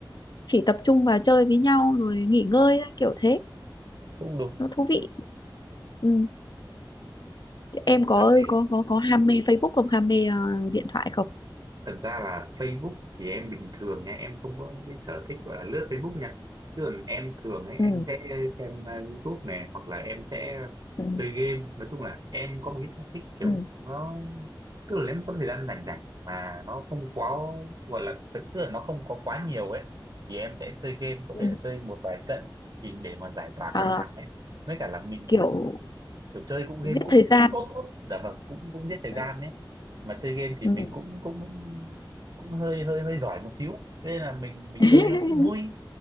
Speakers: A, on the left (about 55°); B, on the right (about 55°).
A: chỉ tập trung vào chơi với nhau rồi nghỉ ngơi thôi, kiểu thế
B: cũng đúng
A: nó thú vị ừ. em có
B: Ê,
A: có có có ham mê Facebook không ham mê ờ, điện thoại không
B: thật ra là Facebook thì em bình thường nha em không có cái sở thích gọi là lướt Facebook nha chứ còn em thường ấy em
A: ừ
B: sẽ xem ờ, YouTube này hoặc là em sẽ
A: ừ
B: chơi game nói chung là em có một cái sở thích kiểu
A: ừ
B: nó tức là nếu mà có thời gian rảnh rảnh mà nó không quá gọi là thật tức là nó không có quá nhiều ấy thì em sẽ chơi game có
A: ừ
B: thể là chơi một vài trận thì để mà giải tỏa
A: Ờ,
B: căng thẳng ấy với cả là mình
A: kiểu
B: kiểu chơi cũng game
A: giết
B: cũng
A: thời gian
B: cũng tốt tốt dạ vâng cũng cũng giết thời gian
A: ừ
B: đấy mà chơi game thì
A: ừ
B: mình cũng cũng cũng hơi hơi hơi giỏi một xíu ấy. Thế nên là mình mình
A: <laughs>
B: chơi nó cũng vui